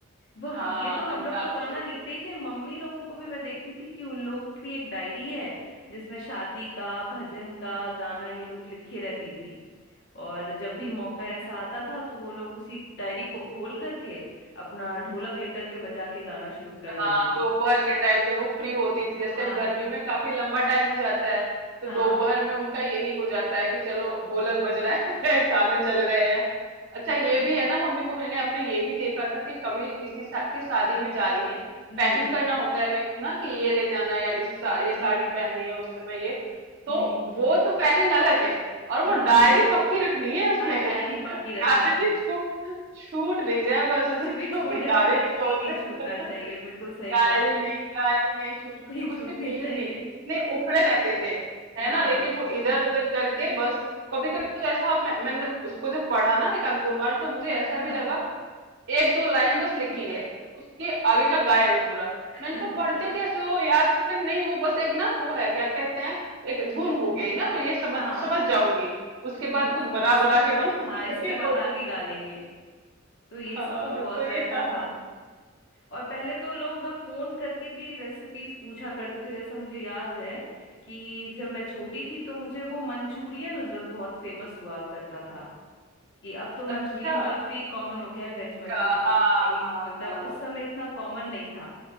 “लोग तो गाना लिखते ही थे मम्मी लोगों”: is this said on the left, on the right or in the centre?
Left